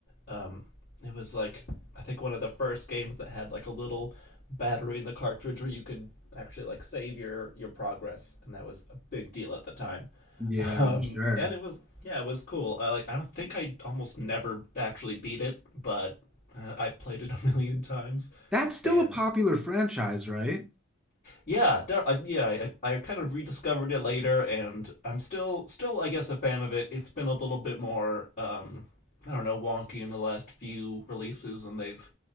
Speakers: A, on the left (about 30°); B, in the centre.
A: Um, it was like, I think one of the first games that had like a little battery in the cartridge where you could actually like save your, your progress, and that was a big deal at the time.
B: Yeah,
A: Um,
B: I'm sure.
A: and it was yeah, it was cool. Uh, like I don't think I almost never actually beat it, but uh, I played it <laughs> a million times,
B: That's still
A: and
B: a popular franchise, right?
A: yeah, de- I- yeah, I, I kind of rediscovered it later, and I'm still still I guess a fan of it. It's been a little bit more um, I don't know wonky in the last few releases, and they've